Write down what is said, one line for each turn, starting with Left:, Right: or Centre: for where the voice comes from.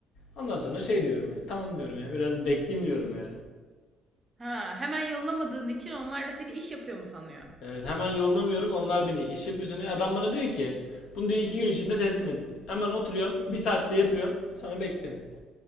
Left: Ondan sonra şey diyorum ya. Tamam diyorum ya. Biraz bekleyeyim diyorum ya.
Right: Ha, hemen yollamadığın için onlar da seni iş yapıyor mu sanıyor?
Left: Evet, hemen yollamıyorum onlar beni iş yapıyorsun. Adam bana diyor ki bunu diyor iki gün içinde teslim et. Hemen oturuyorum bir saatte yapıyorum sonra bekliyorum.